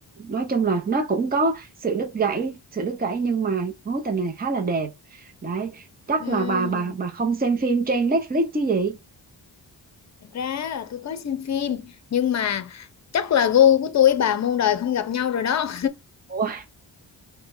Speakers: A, on the right; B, on the left.
A: nói chung là nó cũng có sự đứt gãy sự đứt gãy nhưng mà mối tình này khá là đẹp đấy chắc
B: Ừm,
A: là bà bà bà không xem phim trên Netflix chứ gì
B: thật ra là tôi có xem phim nhưng mà chắc là gu của tôi với bà muôn đời không gặp nhau rồi đó.
A: Ủa?